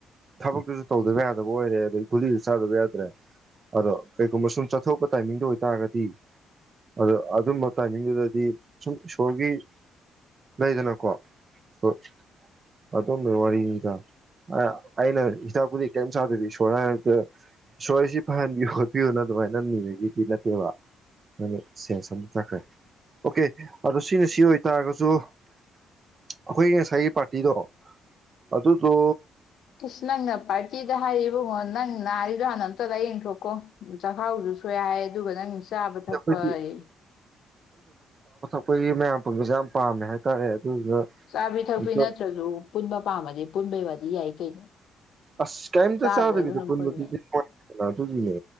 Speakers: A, on the right; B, on the left.
A: ꯊꯕꯛꯇꯨꯖꯨ ꯇꯧꯗꯕ ꯌꯥꯗꯕ ꯑꯣꯏꯔꯦ ꯑꯗꯒꯤ ꯒꯨꯂꯤꯗꯨ ꯆꯥꯗꯕ ꯌꯥꯗ꯭ꯔꯦ ꯑꯗꯣ ꯀꯩꯒꯨꯝꯕ ꯁꯨꯝ ꯆꯠꯊꯣꯛꯄ ꯇꯥꯏꯃꯤꯡꯗꯣ ꯑꯣꯏꯇꯥꯔꯒꯗꯤ ꯑꯗꯣ ꯑꯗꯨꯝꯕ ꯇꯥꯏꯃꯤꯡꯗꯨꯗꯗꯤ ꯁꯨꯝ ꯏꯁꯣꯔꯒꯤ ꯂꯩꯗꯅꯀꯣ ꯗꯣ ꯑꯗꯨꯝꯕꯩ ꯋꯥꯔꯤꯅꯤꯗ ꯑꯩ ꯑꯩꯅ ꯍꯤꯗꯥꯛ ꯒꯨꯂꯤ ꯀꯩꯝ ꯆꯥꯗꯕꯤ ꯏꯁꯣꯔ ꯍꯥꯏꯔꯗ ꯏꯁꯣꯔ ꯑꯩꯁꯤ ꯐꯍꯟꯕꯤꯌꯨ ꯈꯣꯠꯄꯤꯌꯨꯅ ꯑꯗꯨꯃꯥꯏꯅ ꯅꯤꯕꯒꯤꯗꯤ ꯅꯠꯇꯦꯕ ꯑꯗꯨꯅ ꯁꯦꯟꯁ ꯑꯃ ꯆꯠꯈ꯭ꯔꯦ꯫ ꯑꯣꯀꯦ ꯑꯗꯣ ꯁꯤꯅ ꯁꯤ ꯑꯣꯏꯇꯥꯔꯒꯁꯨ ꯑꯩꯈꯣꯏꯒꯤ ꯉꯁꯥꯏꯒꯤ ꯄꯥꯔꯇꯤꯗꯣ ꯑꯗꯨꯗꯣ
B: ꯏꯁꯁ ꯅꯪꯅ ꯄꯥꯔꯇꯤꯗ ꯍꯥꯏꯔꯤ ꯏꯕꯨꯉꯣ ꯅꯪ ꯅꯥꯔꯤꯗꯣ ꯍꯥꯟꯅ ꯑꯝꯇ ꯂꯥꯏ ꯌꯦꯡꯊꯣꯛꯀꯣ ꯆꯥꯛꯈꯥꯎꯗꯨꯁꯨ ꯁꯣꯏ ꯍꯥꯏ ꯑꯗꯨꯒ ꯅꯪ ꯆꯥꯕ ꯊꯛꯄꯌꯦ
A: ꯑꯩꯈꯣꯏꯗꯤ ꯑꯩꯈꯣꯏꯒꯤ ꯃꯌꯥꯝ ꯄꯨꯟꯕꯖꯦ ꯌꯥꯝ ꯄꯥꯝꯃꯦ ꯍꯥꯏꯇꯥꯔꯦ ꯑꯗꯨꯗꯨꯅ
B: ꯆꯥꯕꯤ ꯊꯛꯄꯤ
A: ꯑꯝꯇ
B: ꯅꯠꯇ꯭ꯔꯖꯨ ꯄꯨꯟꯕ ꯄꯥꯝꯃꯗꯤ ꯄꯨꯟꯕꯩ ꯋꯥꯗꯤ ꯌꯥꯏ ꯀꯩꯅꯣ
A: ꯑꯁ ꯀꯩꯝꯇ
B: ꯆꯥꯗ꯭ꯔꯁꯨ
A: ꯆꯥꯗꯕꯤꯗ
B: ꯑꯗꯨꯝ
A: ꯄꯨꯟꯕꯗꯨꯗꯤ
B: ꯄꯨꯟꯕ
A: ꯐ ꯗꯅ ꯑꯗꯨꯒꯤꯅꯦ